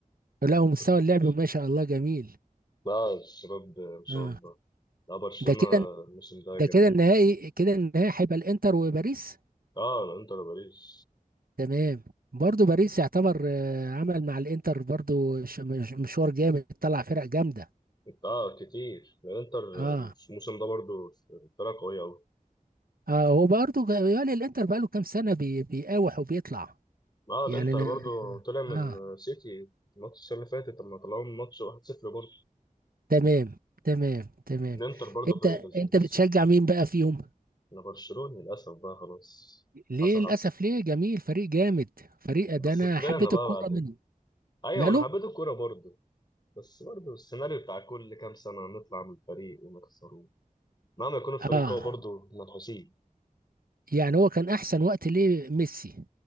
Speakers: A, on the right (about 80°); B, on the left (about 30°).
A: لا ومستوى
B: <laughs>
A: اللعب ما شاء الله جميل
B: لا الشباب آه، ما شاء
A: اه
B: الله لا برشلونة
A: ده كده
B: الموسم ده جميل
A: ده كده النهائي كده النهائي هيبقى الانتر وباريس
B: اه انتر باريس
A: تمام برضو باريس يعتبر آه، عمل مع الانتر برضو ش- مش- مشوار جامد طلع فرق جامده
B: اه كتير الانتر
A: اه
B: مش- الموسم ده برضو فرقة قوية أوي
A: اه هو برضو جا- يالي الانتر بقاله كام سنه بي بيقاوح وبيطلع
B: اه الانتر
A: يعني انا
B: برضو طلع من
A: اه
B: سيتي الماتش السنة اللي فاتت لما طلعوا من ماتش 1-0 برضو
A: تمام تمام تمام
B: الانتر برضو
A: انت
B: فريق لذيذ
A: انت بتشجع مين بقى فيهم
B: انا برشلوني للأسف بقى خلاص
A: ليه
B: حصل
A: للاسف
B: حصل
A: ليه جميل فريق جامد فريق
B: بس
A: ده انا
B: طلعنا
A: حبيت
B: بقى
A: الكوره
B: بعدين
A: منه
B: ايوه
A: ماله
B: انا حبيت الكورة برضو بس برضو السيناريو بتاع كل كام سنة نطلع من الفريق ونخسره مهما يكون الفريق
A: اه
B: قوي برضو منحوسين
A: يعني هو كان احسن وقت ليه ميسي